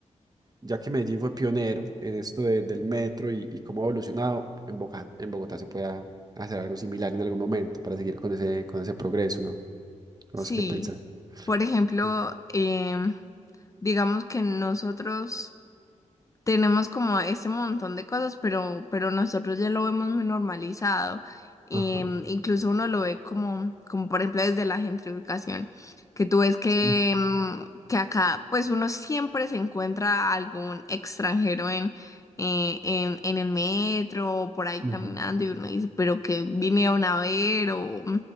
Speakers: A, on the right (about 30°); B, on the left (about 25°).
A: ya que Medellín fue pionero en esto de- del metro y, y cómo ha evolucionado, en Bogotá, en Bogotá se pueda hacer algo similar en algún momento para seguir con ese, con ese progreso, ¿no? Tenemos
B: Sí,
A: que pensar.
B: por ejemplo,
A: Sí.
B: em, Digamos que nosotros tenemos como ese montón de cosas, pero, pero nosotros ya lo vemos muy normalizado. Em,
A: Ajá.
B: incluso uno lo ve como, como por ejemplo desde la gentrificación, que tú ves que,
A: Sí.
B: em, que acá pues uno siempre se encuentra algún extranjero en, eh, en, en el metro o por ahí caminando
A: Ujú.
B: y uno dice, pero que vinieron a ver o,